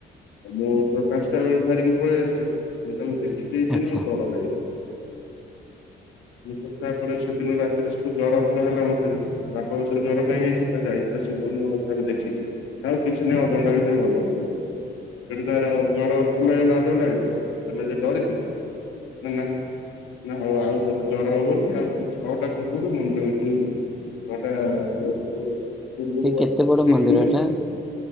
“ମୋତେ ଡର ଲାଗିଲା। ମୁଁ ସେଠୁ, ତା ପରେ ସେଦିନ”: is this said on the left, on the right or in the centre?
Left